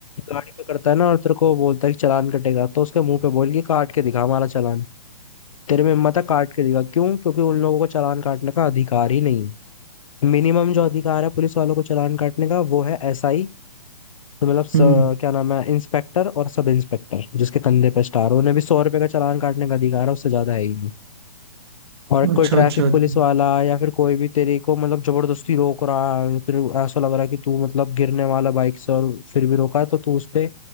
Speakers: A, on the left; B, on the right.
A: गाड़ी पे करता है ना और तेरे को बोलता है कि चालान कटेगा तो उसके मुंह पे बोल के काट के दिखा हमारा चालान तेरे में हिम्मत है काट के दिखा क्यों क्योंकि उन लोगों को चालान काटने का अधिकार ही नहीं है मिनिमम जो अधिकार है पुलिस वालों को चालान काटने का वो है एसआई तो मतलब स,
B: हम्म
A: क्या नाम है इंस्पेक्टर और सब इंस्पेक्टर जिसके कंधे पे स्टार उन्हें भी सौ रुपए का चालान काटने का अधिकार है उससे ज्यादा है ही और
B: अच्छा
A: कोई ट्रैफिक
B: अच्छा अच्छा
A: पुलिस वाला या फिर कोई भी तेरे को मतलब जबरदस्ती रोक रहा है फिर ऐसा लग रहा है कि तू मतलब गिरने वाला बाइक से और फिर भी रोका है तो तू उस पे